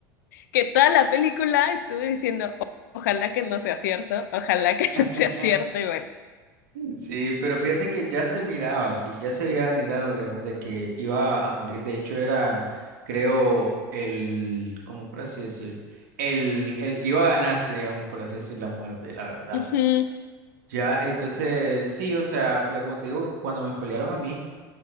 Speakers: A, on the left; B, on the right.
A: que toda la película estuve diciendo, "O- ojalá que no sea cierto, ojalá que <laughs> no sea
B: <laughs>
A: cierto, y bueno.
B: Sí, pero fíjate que ya se miraba, sí, ya se veía venir a lo lejos de que iba a morir. De hecho, era, creo, el, ¿cómo por así decir? El, el que iba a ganarse, digamos, por así decir, la muerte, la verdad.
A: Ujú.
B: Ya, entonces, sí, o sea, pero como te digo, cuando me spoilearon a mí.